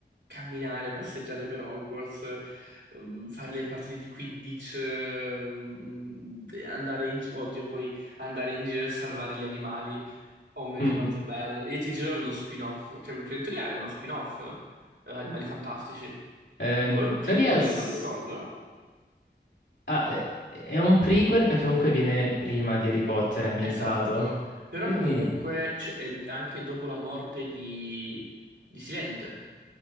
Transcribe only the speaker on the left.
Mm.
Eh, in
teoria s-
Ah, è è un prequel perché comunque viene prima di Harry Potter ambientato.
Quindi,